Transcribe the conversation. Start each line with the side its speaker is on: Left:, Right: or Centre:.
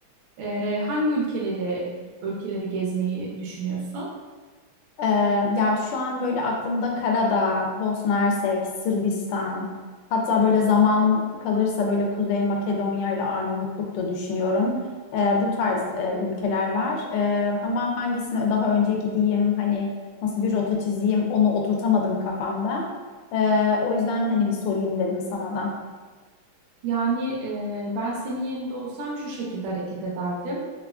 Right: E, hangi ülkeleri ülkeleri gezmeyi düşünüyorsun?
Left: Ee, ya şu an böyle aklımda Karadağ, Bosna Hersek, Sırbistan, hatta böyle zamanım kalırsa böyle Kuzey Makedonya ile Arnavutluk da düşünüyorum. Ee, bu tarz e, ülkeler var. Ee, ama hangisine daha önce gideyim, hani nasıl bir rota çizeyim onu oturtamadım kafamda. Ee, o yüzden hani bir sorayım dedim sana da.
Right: Yani e, ben senin yerinde olsam şu şekilde hareket ederdim.